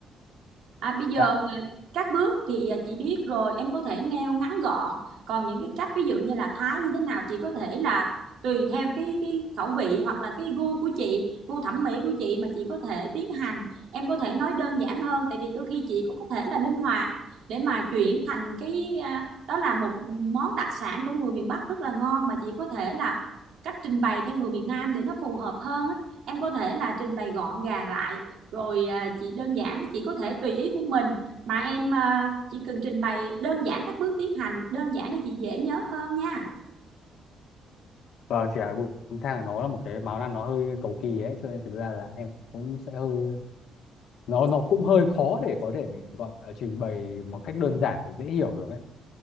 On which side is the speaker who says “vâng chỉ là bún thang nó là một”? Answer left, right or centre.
Left